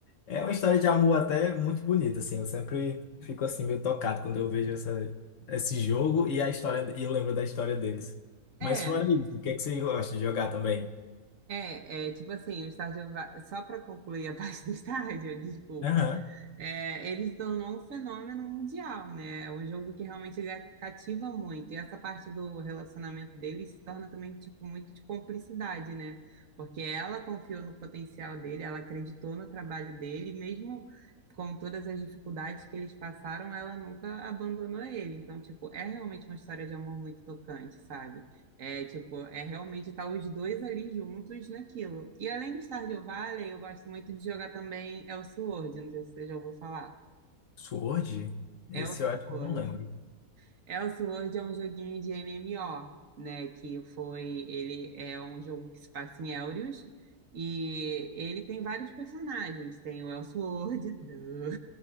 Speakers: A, on the left; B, on the right.
A: É uma história de amor até muito bonita, assim. Eu sempre fico assim meio tocado quando eu vejo essa, esse jogo e a história e eu lembro da história deles.
B: É,
A: Mas fora isso, o que é que você gosta de jogar também?
B: É, é, tipo assim, o Stardew Va- só para concluir a <laughs> parte do Stardew, <laughs> desculpa,
A: Aham.
B: é, ele se tornou um fenômeno mundial, né? É um jogo que realmente ga- cativa muito. E essa parte do relacionamento dele se torna também, tipo, muito de cumplicidade, né? Porque ela confiou no potencial dele, ela acreditou no trabalho dele, mesmo com todas as dificuldades que eles passaram, ela nunca abandonou ele. Então, tipo, é realmente uma história de amor muito tocante, sabe? É, tipo, é realmente estar os dois ali juntos naquilo. E além do Stardew Valley, eu gosto muito de jogar também Elsword, não sei se você já ouviu falar.
A: Sword? Esse
B: Elsword.
A: eu acho que eu não lembro.
B: Elsword é um joguinho de MMO, né, que foi, ele é um jogo que se passa em Elrius, e ele tem vários personagens, tem o Elsword, <laughs> duh.